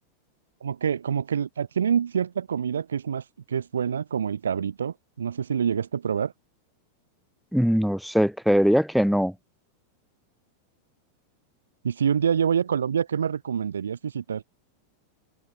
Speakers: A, on the right; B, in the centre.
A: Como que, como que la- tienen cierta comida que es más, que es buena, como el cabrito. No sé si lo llegaste a probar.
B: Mm, No sé, creería que no,
A: Y si un día yo voy a Colombia, ¿qué me recomendarías visitar?